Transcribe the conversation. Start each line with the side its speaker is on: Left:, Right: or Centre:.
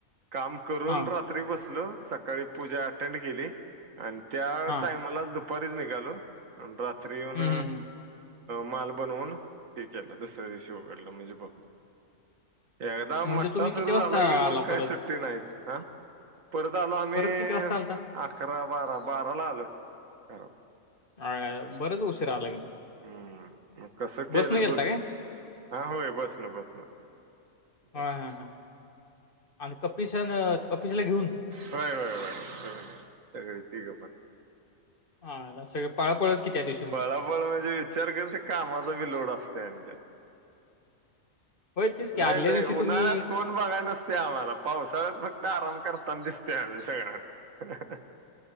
Right: काम करून
Left: हां,
Right: रात्री बसलो सकाळी पूजा अटेंड केली, आणि त्या
Left: हां.
Right: टायमालाचं दुपारीच निघाली आन रात्री येऊन
Left: हं, हं, हं.
Right: माल बनवून ते केलं दुसऱ्या दिवशी उघडलं म्हणजे बघ. एकदा मठ्ठा
Left: म्हणजे तुम्ही किती
Right: सुरू
Left: वाजता
Right: झाला की
Left: आला
Right: मग काही
Left: परत?
Right: सुट्टी नाहीच ह परत आलो आम्ही
Left: परत किती वाजता आलता?
Right: अकरा बारा बाराला आलो घरात.
Left: आय आय बरंच उशीरा आला कि मग.
Right: हम्म मग कसं केलं
Left: बसनं गेलता
Right: बघ
Left: काय?
Right: हा होय बस न बस न बस
Left: हां,
Right: न
Left: हां, हां. आणि कपिश न कपिशला घेऊन
Right: होय होय होय सगळे तिघे पण.
Left: आयला सगळे पळापळच कि त्या दिवशी मग.
Right: पळापळ म्हणजे विचार कर ते कामाचा बी लोड असते आणि त्यात.
Left: होय, तेच की
Right: लय
Left: आदल्या
Right: लय
Left: दिवशी तुम्ही
Right: उन्हाळ्यात कोण पण बघाय नसतय आम्हाला पावसाळ्यात फक्त आराम करताना दिसतय आम्ही सगळ्यांना.